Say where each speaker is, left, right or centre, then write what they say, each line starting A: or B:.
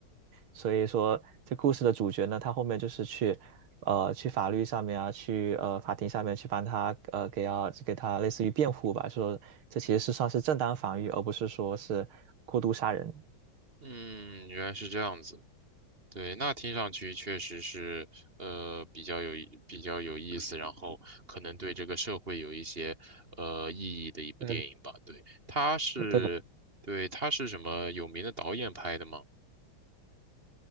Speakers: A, on the right; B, on the right.
A: 所以说这故事的主角呢，他后面就是去呃去法律上面啊，去呃法庭上面去帮他呃给要给他类似于辩护吧，说这其实是算是正当防御，而不是说是过度杀人。
B: 嗯，原来是这样子。对，那听上去确实是呃比较有意比较有意思，然后可能对这个社会有一些呃意义的一部电影吧。
A: 对，
B: 对，它是对它是什么有名的导演拍的吗？
A: 对，